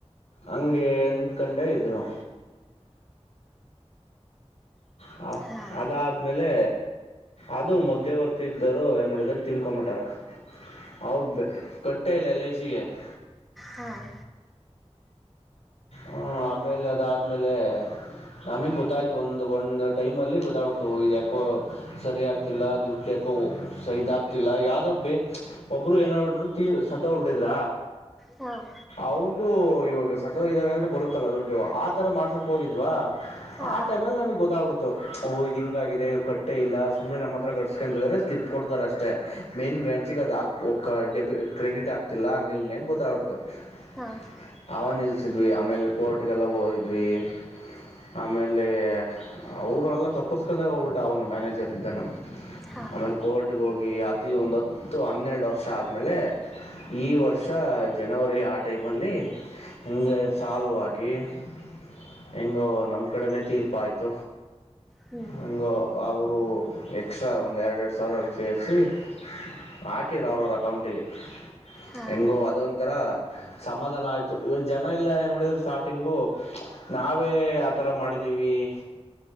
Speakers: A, on the left; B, in the centre.
A: ಹಂಗೆ ಅಂದಕಂಡೆ ಇದು <inaudible> ಹಾ
B: ಹಾಂ
A: ಅದಾದ ಆಮೇಲೆ ಅದು ಮಧ್ಯವರ್ತಿ ಇದ್ದರು ಏನ್ ಮಾಡಿದಿದ್ದಾರೆ ತಿನ್ಕೊಂಬಿಟ್ಟಾರ ಹೌದ ಕಟ್ಟೇ ಇಲ್ಲ ಎಲ್ಐಸಿ ಗೆ <inaudible>
B: ಹಾ <inaudible>
A: ಹ ಆಮೇಲೆ ಅದಾದ್ಮೇಲೆ. <inaudible> ನಮಗ ಗೊತ್ತಾಯ್ತು ಒಂದ್ ಒಂದ್ ಟೈಮ ಅಲ್ಲಿ ಗೊತ್ತ್ಬಿಡ್ತು ಇದ ಯಾಕೋ? <inaudible> ಸರಿ ಆಗ್ತಿಲ್ಲ ದುಡ್ಡಕೋ ಸಹಿದಗ್ತಿಲ್ಲ ಯಾವದೋ ಬೇಕ <inaudible> ಒಬ್ಬರು ಏನ್ ಆಗಬಿಟ್ಟುರು ತೀರ್ ಸತ್ತ ಹೋಗ್ಬಿಟ್ಟಿದ್ರ
B: ಹಾಂ
A: ಅವ್ರದು ಇವಾಗ ಸಾ <inaudible> ಬ್ರೋ ಇದನಂದ್ರೆ ಬರುತ್ತಲ್ಲಾ ದುಡ್ಡು ಆತರ ಮಾಡ್ಸಾಕ್ ಹೋಗಿದ್ವಾ
B: ಹಾಂ
A: <inaudible> ಆ ಟೈಮ ಅಲ್ಲಿ ನಮಗ ಗೊತ್ತಾಗಬಿಡ್ತು ಓ ಇದ ಹಿಂಗ ಆಗಿದೆ ಕಟ್ಟೆ ಇಲ್ಲ ಸುಮ್ನೆ ನಮ್ಮ ಹತ್ರ ಕಟ್ಸ್ಕಂತಿದ್ದಾರೆ. <inaudible> ಸ್ಲಿಪ್ ಕೊಡ್ತಾರೆ ಅಷ್ಟೇ ಮೈನ್ ಬ್ರ್ಯಾಂಚಿಗೆ ಅದ ಓಕ್ ಡೆ ಕ್ರೆಡಿಟ್ ಆಗ್ತಿಲ್ಲ ಹಂಗೆ ಹಿಂಗೆ ಗೊತ್ತಾಗ ಬಿಡತ್ತ <inaudible> ತ್ತ <inaudible>
B: ಹಾ <inaudible>
A: ಅವ ನಿಲ್ಸಿದ್ವಿ ಆಮೇಲೆ ಕೋರ್ಟ್ಗೆಲ್ಲ ಹೋಗಿದ್ವಿ. <inaudible> ಆಮೇಲೆ ಅವರ ಅಲ್ಲ ತಪ್ಪಸ್ಕೊಂಡೆ ಹೋಗ್ಬಿಟ್ಟ ಅವನು ಮ್ಯಾನೇಜರ್ ಇದ್ದನು <inaudible>
B: ಹಾಂ
A: ಆಮೇಲೆ ಕೋರ್ಟ್ಗೆ ಹೋಗಿ ರಾತ್ರಿ ಒಂದ ಹೊತ್ತು ಹನ್ನೆರಡು ವರ್ಷ ಆದ್ಮೇಲೆ, <inaudible> ಈ ವರ್ಷ ಜನವರಿ ಆ ಟೈಮ್ ಅಲ್ಲಿ, <inaudible> ಹಂಗೆ ಸಲುವಾಗಿ <inaudible> ಹೆಂಗೋ ನಮ್ಮ ಕಡೆನೆ ತೀರ್ಪ ಆಯ್ತ
B: ಹ್ಞೂ
A: ಹಂಗೋ <inaudible> ಅವರು ಎಕ್ಸ್ಟ್ರಾ ಒಂದು ಎರಡ ಎರಡ ಸಾವಿರ ಸೇರಿಸಿ <inaudible> ಹಾಕಿದ್ರ ಅವ್ರ ಅವ್ರ ಅಕೌಂಟಿಗೆ
B: ಹಾಂ
A: ಹೆಂಗೋ ಅದ ಒಂಥರ ಸಮಾಧಾನ ಆಯ್ತು. <inaudible> ಜನ ಇಲ್ಲ ಏನ್ ಮಾಡಿದ್ರು ಸ್ಟಾರ್ಟಿಂಗು ನಾವೇ ಆತರ ಮಾಡಿದೀವಿ <inaudible>